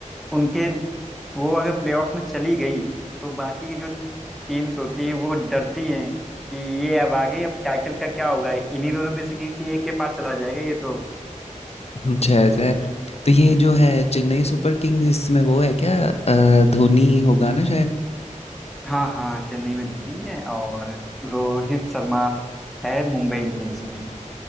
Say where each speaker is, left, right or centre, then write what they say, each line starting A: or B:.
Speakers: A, in the centre; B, on the left (about 50°).
A: उनके वो अगर प्लेऑफ्स में चली गई तो बाकी की जो टीम्स होती हैं वो डरती हैं कि ये अब आगे अब टाइटल का क्या होगा इन्हीं दोनों में से किसी एक के पास चला जाएगा ये तो
B: अच्छा ऐसा है तो ये जो है चेन्नई सुपर किंग्स इसमें वो है क्या अ, धोनी होगा ना शायद
A: हाँ हाँ चेन्नई में धोनी है और रोहित शर्मा है मुंबई इंडियंस में